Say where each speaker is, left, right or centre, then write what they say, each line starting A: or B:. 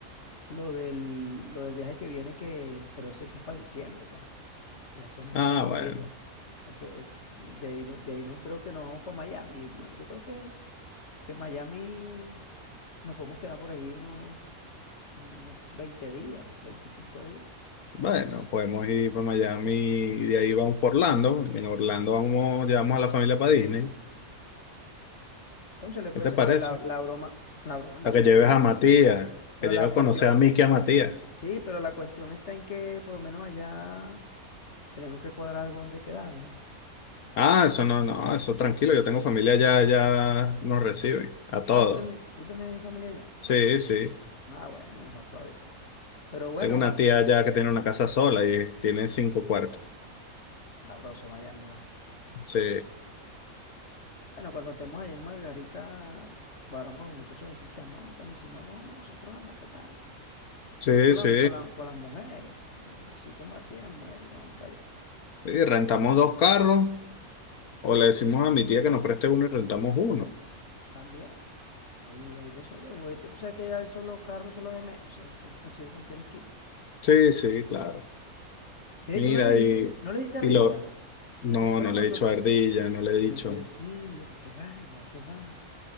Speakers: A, on the left; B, on the left.
A: lo del, lo del viaje que viene, que, pero ese sí es para diciembre, pues. Ya ese es más
B: Ah,
A: organizadito.
B: bueno.
A: Ese es, de ahí, no- de ahí no creo que nos vamos para Miami. Ma- Yo creo que, que Miami nos podemos quedar por ahí unos, unos 20 días, 25 días.
B: Bueno, podemos ir para Miami y de ahí vamos por Orlando. En Orlando vamos, llevamos a la familia para Disney.
A: cónchale puede
B: ¿Qué te
A: ser,
B: parece?
A: pero la, la broma, la broma, la
B: Para
A: cuestión
B: que lleves
A: es,
B: a Matías,
A: pero
B: que lleves
A: la cuestión.
B: a conocer a Miki y a Matías.
A: Sí, pero la cuestión está en que por lo menos allá tenemos que cuadrar algo donde quedarnos.
B: Ah, eso no, no, eso tranquilo, yo tengo familia ya, ya nos reciben, a todos.
A: Ah, ¿tú tenés, tú tenés familia allá?
B: Sí, sí.
A: Ah, bueno, mejor todavía. Pero bueno,
B: Tengo una tía allá que tiene una casa sola y tiene cinco cuartos.
A: sabroso Miami va.
B: Sí,
A: Bueno, cuando estemos allá en Margarita, cuadramos con los muchachos a ver si se anotan y si no, no vamos nosotros nada más para allá.
B: sí,
A: Así con, las-
B: sí.
A: con, la- con las mujeres, así con Matías, y las mujeres y nos vamos para allá.
B: Y rentamos dos carros, o le decimos a mi tía que nos preste uno y rentamos uno.
A: También, ahí, ahí resolvemos. Igualito, tú sabes que ya esos los carros son los de menos, eso, eso se consigue en cualquier esquina.
B: Sí, sí, claro.
A: Mira,
B: Mira,
A: y tú no le dijiste,
B: y,
A: no le dijiste ardilla,
B: y lo. No,
A: porque fuera
B: no
A: con
B: le
A: nosotros.
B: he dicho a Ardilla, no le he dicho.
A: Tenés que decirle para que vaya, ese va.